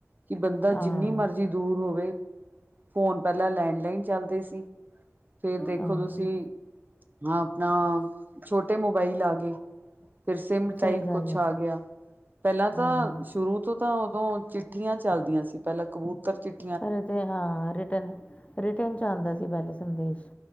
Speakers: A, on the right; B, on the left.
A: ਕਿ ਬੰਦਾ
B: ਹਾਂ
A: ਜਿੰਨੀ ਮਰਜ਼ੀ ਦੂਰ ਹੋਵੇ। ਫੋਨ ਪਹਿਲਾਂ ਲੈਂਡਲਾਈਨ ਚੱਲਦੇ ਸੀ। ਫੇਰ ਦੇਖੋ
B: ਹਾਂ
A: ਤੁਸੀਂ ਹਾਂ ਆਪਣਾ ਛੋਟੇ ਮੋਬਾਈਲ ਆ ਗਏ। ਫਿਰ ਸਿਮ
B: ਸਹੀ
A: ਟਾਈਪ
B: ਗੱਲ
A: ਕੁਛ
B: ਹੈ
A: ਆ ਗਿਆ। ਪਹਿਲਾਂ ਤਾਂ
B: ਹਾਂ
A: ਸ਼ੁਰੂ ਤੋਂ ਤਾਂ ਉਦੋਂ ਚਿੱਠੀਆਂ ਚੱਲਦੀਆਂ ਸੀ। ਪਹਿਲਾਂ ਕਬੂਤਰ ਚਿੱਠ
B: ਪਹਲੇ ਤੇ ਹਾਂ। ਰਿਟਰਨ ਚ ਆਉਂਦਾ ਸੀ ਪਹਿਲੇ ਸੰਦੇਸ਼।